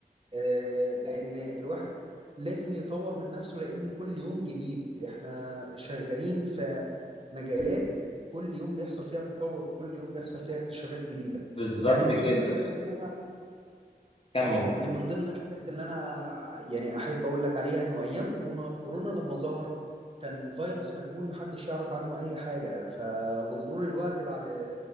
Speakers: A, on the right; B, on the left.
A: آه، لان الواحد لازم يطور من نفسه لان كل يوم جديد احنا شغالين في مجالات كل يوم بيحصل فيها تطور وكل يوم بيحصل فيها اكتشافات جديدة
B: بالظبط
A: يعني من ضمن
B: كده
A: الحاجات اللي انا
B: كمل
A: اه اللي من ضمن الحاجات اللي انا يعني احب اقول لك عليها انه ايام كورونا كورونا لما ظهر كان فيروس مجهول محدش يعرف عنه اي حاجة فبمرور الوقت بعد